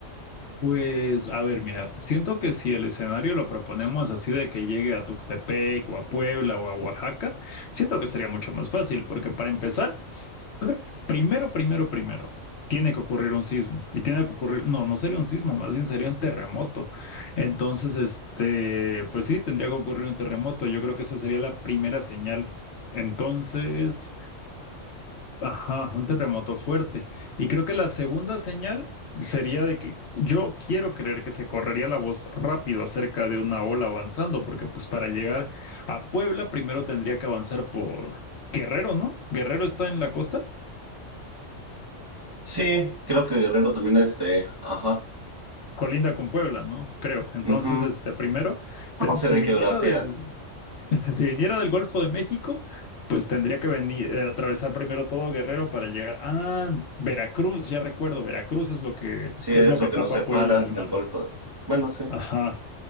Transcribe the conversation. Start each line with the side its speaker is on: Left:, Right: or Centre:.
Left: Pues, a ver, mira, siento que si el escenario lo proponemos así de que llegue a Tuxtepec o a Puebla o a Oaxaca, siento que sería mucho más fácil, porque para empezar, Primero, primero, primero, tiene que ocurrir un sismo y tiene que ocurrir, no, no sería un sismo, más bien sería un terremoto. Entonces, este, pues sí, tendría que ocurrir un terremoto. Yo creo que esa sería la primera señal. Entonces, ajá, un terremoto fuerte. Y creo que la segunda señal sería de que yo quiero creer que se correría la voz rápido acerca de una ola avanzando, porque pues para llegar a Puebla primero tendría que avanzar por Guerrero, ¿no? Guerrero está en la costa.
Right: Sí, creo que Guerrero también este, ajá,
Left: colinda con Puebla, ¿no? Creo. Entonces,
Right: mhm,
Left: este, primero, ten-
Right: No sé
Left: si
Right: de
Left: viniera
Right: geografía,
Left: del, <laughs> si viniera del Golfo de México, pues tendría que venir, eh, atravesar primero todo Guerrero para llegar. Ah, Veracruz, ya recuerdo, Veracruz es lo que,
Right: sí
Left: es
Right: es
Left: lo que
Right: lo
Left: tapa
Right: que nos separa
Left: Puebla del
Right: del
Left: mar.
Right: Golfo. Bueno, sí,
Left: Ajá.